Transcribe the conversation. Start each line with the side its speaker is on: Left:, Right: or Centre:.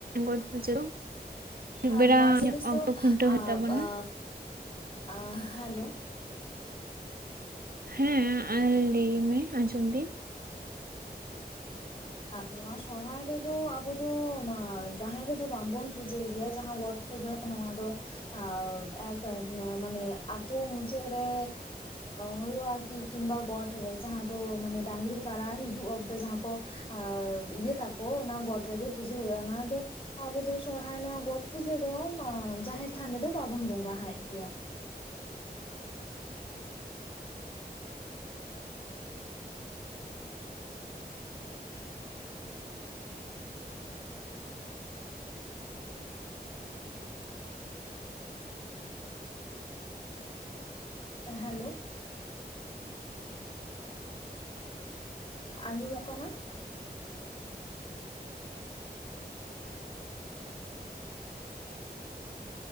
Right: ᱜᱚᱴ ᱯᱩᱡᱟᱹ ᱾ ᱟᱹᱭᱩᱵ
Left: ᱟᱨ
Right: ᱵᱮᱲᱟ
Left: ᱱᱚᱣᱟ ᱡᱤᱱᱤᱥ
Right: ᱚᱝᱜᱚ
Left: ᱫᱚ
Right: ᱠᱷᱩᱱᱴᱟᱹᱣ ᱦᱩᱭᱩᱜ
Left: ᱟ
Right: ᱛᱟᱵᱚᱱᱟ
Left: ᱟ ᱟ ᱦᱮᱞᱳ
Right: <unintelligible> ᱦᱮᱸ ᱞᱟᱹᱭ ᱢᱮ ᱟᱸᱡᱚᱢ ᱫᱤᱧ᱾
Left: ᱱᱚᱣᱟ ᱥᱚᱨᱦᱟᱭ ᱨᱮᱫᱚ ᱟᱵᱚ ᱫᱚ ᱢᱟ ᱡᱟᱦᱮᱨ ᱨᱮᱫᱚ ᱵᱟᱝ ᱵᱚᱱ ᱯᱩᱡᱟᱹᱭ ᱜᱮᱭᱟ ᱡᱟᱦᱟᱸ ᱜᱚᱴᱼᱼ ᱯᱩᱡᱟᱹ ᱱᱚᱣᱟ ᱫᱚ᱾ ᱟᱨ ᱮᱸᱠ ᱢᱟᱱᱮ ᱟᱛᱳ ᱢᱩᱪᱟᱹᱫ ᱨᱮ ᱦᱩᱭᱩᱜᱼᱟ ᱠᱤ, ᱠᱤᱝᱵᱟ ᱜᱚᱰ ᱨᱮ ᱡᱟᱦᱟᱸ ᱫᱚ ᱢᱟᱱᱮ ᱰᱟᱝᱨᱤ ᱠᱟᱲᱟ ᱦᱤᱡᱩᱜᱼᱟᱼᱼ ᱡᱟᱦᱟᱸ ᱠᱚ ᱤᱭᱟᱹ ᱛᱟᱠᱚ ᱚᱱᱟ ᱜᱚᱴ ᱨᱮᱜᱮ ᱯᱩᱡᱟᱹ ᱦᱩᱭᱩᱜᱼᱟ ᱚᱱᱟ ᱫᱚ, ᱟᱵᱚ ᱫᱚ ᱥᱚᱨᱦᱟᱭ ᱱᱚᱣᱟ ᱜᱚᱴ ᱯᱩᱡᱟᱹ ᱫᱚ ᱡᱟᱦᱮᱨ ᱛᱷᱟᱱ ᱨᱮᱫᱚ ᱵᱟᱵᱚᱱ ᱵᱚᱸᱜᱟᱣᱟᱭ ᱜᱮᱭᱟ᱾ ᱦᱮᱞᱳ ᱟᱸᱡᱚᱢᱚᱜ ᱠᱟᱱᱟ?